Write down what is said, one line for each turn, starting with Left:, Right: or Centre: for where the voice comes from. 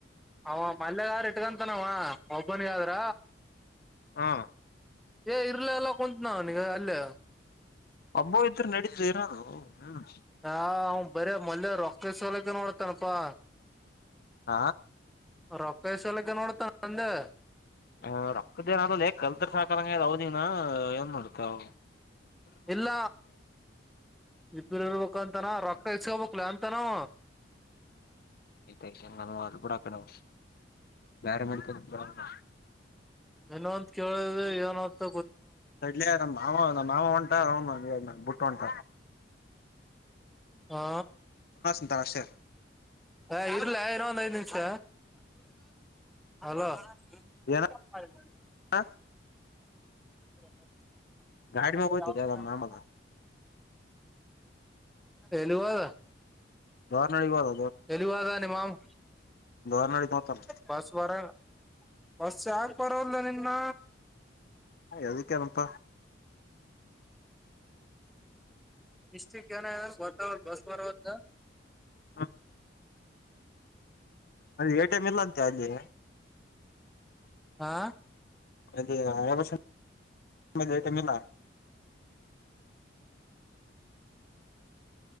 Centre: ಅವ ಮಲ್ಯಗಾರ ಇಟ್ಕಂತನವ ಒಬನ್ಗ ಆದ್ರ.
Left: ಹಾ.
Centre: ಏ ಇರ್ಲ ಎಲ್ಲ ಕುಂತ ನಾವ ನಿಗ ಅಲ್ಲೇ.
Left: ಅಬ್ಬೋ ಇದ್ರ ನಡೀತ ಇರೋದು. ಹ್ಮ್
Centre: ಹಾ ಅವ ಬರಿ ಮಲ್ಯ ರೊಕ್ಕಲಕ್ಕೆ ನೋಡ್ತನಪಾ.
Left: ಹ
Centre: ರೊಕ್ಕಾ ಈಸಲಕ್ಕೆ ನೋಡ್ತ ಅಂದೆ.
Left: ಹ ರೊಕ್ಕದ ಏನಾದ ಕಲ್ತರ್ ಸಾಕಂಗ ಅವದನ ಏನ್ ಮಾಡುತ್ತ ಅವ.
Centre: ಇಲ್ಲ ಇಬರು ಇರ್ಬೇಕಂತನ ರೋಕ್. ಕಳ್ಸ್ಕೋಬೇಕಕ್ಲ ಅಂತನೋ.
Left: ಐತ ಚಂಗಂದ ಮಾಡ ಕೂಡ ಅಡೆ ಬೇರೆ ಮಡ್ತ.
Centre: ಏನ ಅಂತ ಕೇಳಿದ್ರ ಏನಂತ.
Left: ಸಡ್ಲ ನ ಮಾಮ ನಮ್ಮ ಮಾಮ ಹೊಂಟ ಬುಟ್ಟ ಹೊಂಟ.
Centre: ಹಾ
Left: ತಕೊ ಅಷ್ಟೇ
Centre: ಹ ಇರ್ಲ ಇರೋ ಒಂದ್ ಐದ್ ನಿಮಷ ಹಲೋ
Left: ಏನ
Centre: ಮಾಡಿ
Left: ಹ
Centre: <unintelligible>
Left: ಗಾಡಿ ಮ್ಯಾಗ ಹೋಯ್ತದೆ ಅದ ಮಾಮಗ
Centre: ಎಲ್ಲಿಗೆ ಹೋದ
Left: ಬಾರ್ನಹಳ್ಳಿಗೆ ಹೊದ
Centre: ಎಲ್ಲಿಗೆ ಹೋದ ನಿಮ್ಮ ಮಾವ್
Left: ದೋರ್ನಳಿ ಹೋತಾನ
Centre: ಬಸ್ ಬಾರ ಬಸ್ ಯಾಕ ಬರೋದಲ್ಲ ನಿನ್ನ
Left: ಯಾದಕೆನಪ್ಪ
Centre: ಮಿಸ್ರಿಕ್ ಏನಗದ ಅಂತ ಗೊತ್ತು ಬಸ್ ಬರಬೇಕು
Left: ಹಾ ಅದು ಎ ಟಿ ಎಂ ಇಲ್ಲ ಅಂತೆ ಅಲ್ಲಿ
Centre: ಹಾ
Left: ಅಲ್ಲಿ ರೈಲ್ವೆ ಸ್ಟೇಷನ್ ಅಲ್ಲಿ
Centre: <inaudible>